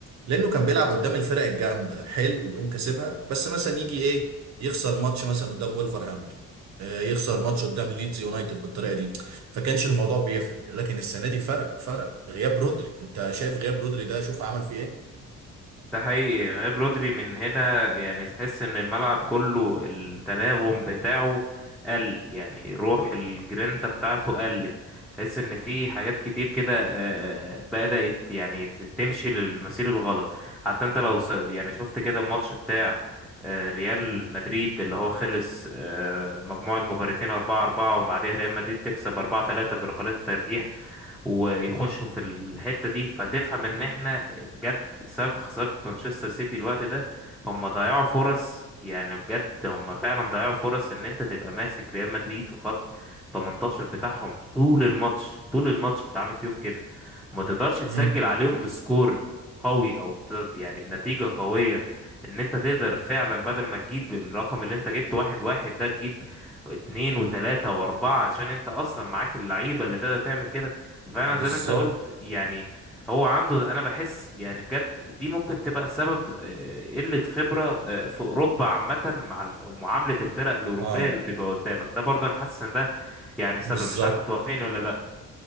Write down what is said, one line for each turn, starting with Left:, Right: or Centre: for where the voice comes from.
Right: لانه كان بيلعب قدام الفرق الجامدة حلو ويقوم كاسبها بس مثلا يجي ايه يخسر ماتش مثلا قدام وولفرهامبتون آه، يخسر ماتش قدام ليدز يونايتد بالطريقة دي فكانش الموضوع بيفرق لكن السنة دي فرق فرق غياب رودري انت شايف غياب رودري ده شوف عمل فيه ايه
Centre: ده حقيقي غياب رودري من هنا يعني تحس ان الملعب كله التناغم بتاعه قل يعني روح الجرينتا بتاعته قلت تحس ان في حاجات كتير كده آه، بدأت يعني ت- تمشي للمسير الغلط حتى انت لو س- يعني شفت كده الماتش بتاع آه، ريال مدريد اللي هو خلص آه، مجموع المباراتين 4 4 وبعدها ريال مدريد تكسب 4 3 بركلات الترجيح ويخشوا في الحتة دي فتفهم ان احنا بجد سبب خسارة مانشستر سيتي الوقت ده هم ضيعوا فرص يعني بجد هم فعلا ضيعوا فرص ان انت تبقى ماسك ريال مدريد في خط 18 بتاعهم طول الماتش طول الماتش انت عامل فيهم كده ما تقدرش تسجل
Right: مم.
Centre: عليهم بسكور قوي او بت- يعني بنتيجة قوية ان انت تقدر فعلا بدل ما تجيب الرقم اللي انت جبته واحد واحد ده تجيب اتنين وتلاتة واربعة عشان انت اصلا معاك اللعيبة اللي تقدر تعمل كده فعلا
Right: بالظبط
Centre: زي ما انت قلت يعني هو عنده انا بحس يعني بجد دي ممكن تبقى سبب آه، قلة خبرة آه، في اوروبا عامة مع ال- معاملة الفرق الاوروبية
Right: اه
Centre: اللي بيبقى قدامك ده برضه انا حاسس ان ده يعني سبب
Right: بالظبط
Centre: مش عارف هتوافقني ولا لا